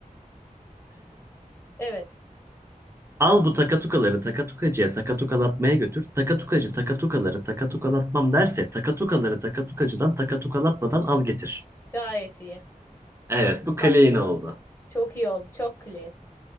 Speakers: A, on the left (about 15°); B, on the right (about 20°).
A: Evet.
B: Al bu takatukaları takatukacıya takatukalatmaya götür. Takatukacı takatukaları takatukalatmam derse takatukaları takatukacıdan takatukalatmadan al getir.
A: Gayet iyi.
B: Evet bu
A: Bak
B: clean oldu.
A: çok iyi oldu. Çok clean.